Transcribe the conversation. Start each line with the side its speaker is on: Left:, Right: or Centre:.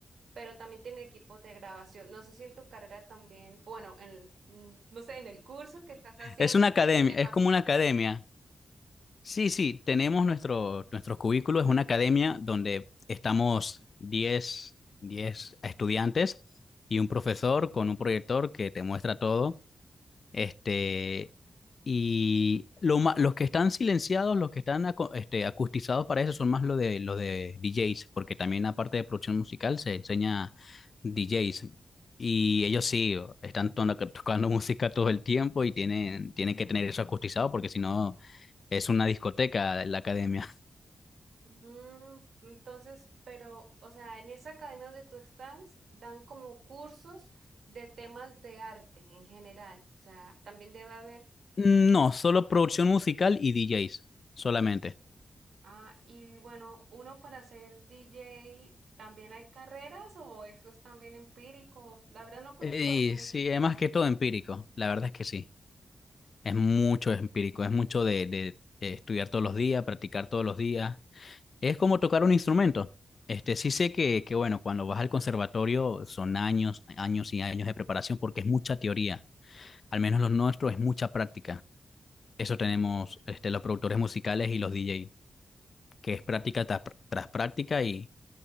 Right: pero también tiene equipos de grabación. No sé si en tu carrera también, o bueno, en, mm, no sé, en el curso que estás haciendo,
Left: Es una academia,
Right: te
Left: es
Right: facilitan.
Left: como una academia. Sí, sí, tenemos nuestro, nuestro cubículo, es una academia donde estamos diez diez estudiantes y un profesor con un proyector que te muestra todo Este, y lo ma- los que están silenciados, los que están aco- este, acustizados para eso son más los de, los de DJs, porque también aparte de producción musical se enseña DJs. Y ellos sí, están to- <laughs> tocando música todo el tiempo y tienen, tienen que tener eso acustizado porque si no es una discoteca la academia.
Right: Mm, entonces, pero, o sea, en esa academia donde tú estás, dan como cursos de temas de arte en general. O sea, también debe haber.
Left: Mm, No, solo producción musical y DJs, solamente.
Right: Ah, y bueno, uno para ser DJ, ¿también hay carreras o eso es también empírico? La verdad no conozco
Left: Y
Right: eso mucho.
Left: sí, es más que todo empírico, la verdad es que sí. Es mucho empírico, es mucho de, de, eh, estudiar todos los días, practicar todos los días. Es como tocar un instrumento. Este, sí sé que, que, bueno, cuando vas al conservatorio son años, años y años de preparación porque es mucha teoría. Al menos los nuestros es mucha práctica. Eso tenemos
Right: Mm,
Left: este, los productores musicales y los DJ, que es práctica tras, tras práctica y,